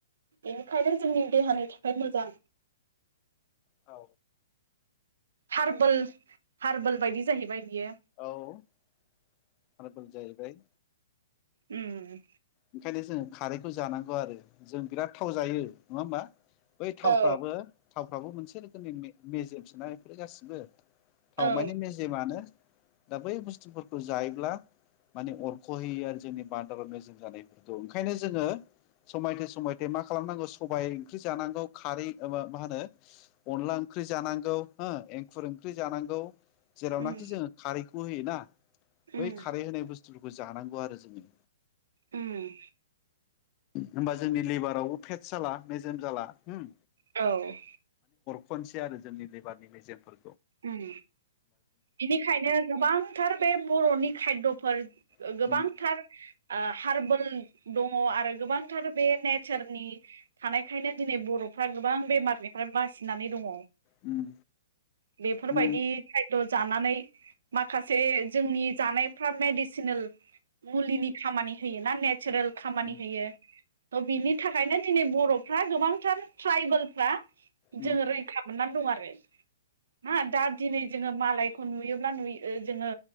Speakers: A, on the right; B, on the left.
A: बेनिखायनो जोंनि देहानि थाखाय मोजां
B: औ
A: हारबोल हारबोल बायदि जाहैबाय बियो
B: औ हारबोल जाहैबाय
A: उम
B: ओंखायनो जों खारैखौ जानांगौ आरो जों बिराद थाव जायो नङा होमबा बै थावफ्राबो
A: औ
B: थावफ्राबो मोनसे रोखोमनि मे-मेजेम सोना बेफोर गासिबो थावमानि
A: औ
B: मेजेमानो दा बै बुस्थुफोरखौ जायोब्ला माने अरख'होयो आरो जोंनि बान्दाराव मेजेम जानायफोरखौ ओंखायनो जोङो समायथे समायथे मा खालामनांगौ सबाय ओंख्रि जानांगौ खारै माबा मा होनो अनला ओं ख्रि जानांगौ हो एंखुर ओंख्रि जानांगौ जेरावनाखि
A: उम
B: जोङो खारैखौ होयोना
A: उम
B: बै खारै होनाय बुस्थु बो जानांगौ आरो जोङो
A: ओम
B: होमबा जोंनि लिभारावबो फेटस जाला मेजम जाला होम
A: औ
B: खनसे आरो जोंनि लेबारनि मेजेमफोर
A: ओम बेनिखायनो गोबांथार बे बर'नि खायद'फोर ओ
B: उम
A: गोबांथार ओ हार्बोल दङ आरो गोबांथार बे नेचारनि थानायखायनो दिनै बर'फ्रा गोबां बेमारनिफ्राय बासिनानै दङ।
B: उम।
A: बेफोरबायदि
B: उम
A: खायद' जानानै माखासे जोंनि जानायफ्रा मेडिसिनेल मुलिनि खामानि होयो ना नेचारेल खामानि
B: उम
A: होयो। त' बिनि थाखायनो दिनै बर'फ्रा गोबांथार ट्राइबेलफ्रा
B: उम
A: जोङो रैखा मोननानै दं आरो। हा दा दिनै जोङो मालायखौ नुयोब्ला नुयो ओ जोङो